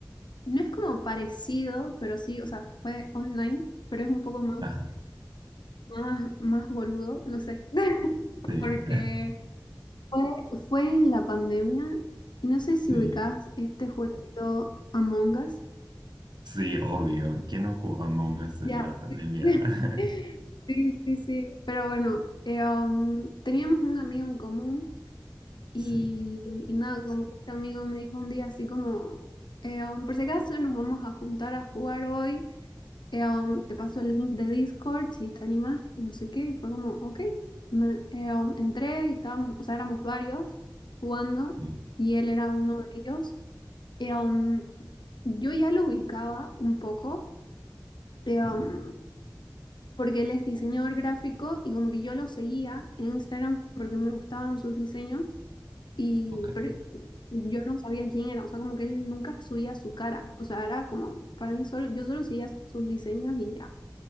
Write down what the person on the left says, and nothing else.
no es como parecido, pero sí, o sea, fue online, pero es un poco más,
más, más boludo, no sé. <laughs>
Porque fue, fue en la pandemia y no sé si
ubicás este jueguito Among Us.
Ya.
<laughs>
Sí, sí, sí. Pero bueno, eh, um, teníamos un amigo en común y,
y nada, como que este amigo me dijo un día así como, eh, um, por si acaso nos vamos a juntar a jugar hoy, eh, um, te paso el link de Discord si te animas, no sé qué, y fue como, ok. Me- eh, um, entré y estábamos, o sea, éramos varios jugando
y él era uno de ellos. Eh, um, yo ya lo ubicaba un poco. eh, um,
porque él es diseñador gráfico y como que yo lo seguía en Instagram porque me gustaban sus diseños y
pero yo no sabía quién era, o sea, como que él nunca subía su cara, o sea, era como para mí solo, yo solo seguía sus diseños y ya.